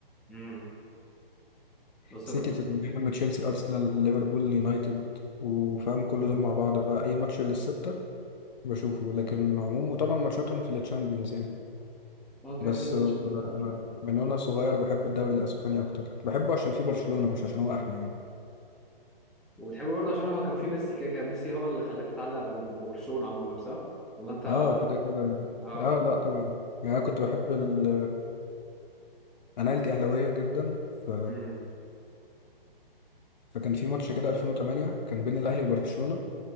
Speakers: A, in the centre; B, on the left (about 50°).
A: امم بس
B: سيتي
A: بقى
B: توتنهام تشيلسي أرسنال ليفربول يونايتد وفاهم كل دول مع بعض بقى أي ماتش للستة بشوفه لكن عموم وطبعا ماتشاتهم في التشامبيونز يعني
A: اه كده
B: بس
A: كده الشامبيونز
B: آه،
A: نازلين
B: من وأنا صغير بحب الدوري الأسباني أكتر بحبه عشان فيه برشلونة مش عشان هو أحلى يعني
A: وبتحبه برضه عشان هو كان في ميسي كده كان ميسي هو اللي خلاك تتعلق بال- ببرشلونه عموما صح ولا انت
B: اه كده كده
A: اه
B: اه لا طبعا يعني أنا كنت بحب ال... أنا عيلتي أهلاوية جدا ف...
A: امم
B: فكان في ماتش كده 2008 كان بين الأهلي وبرشلونة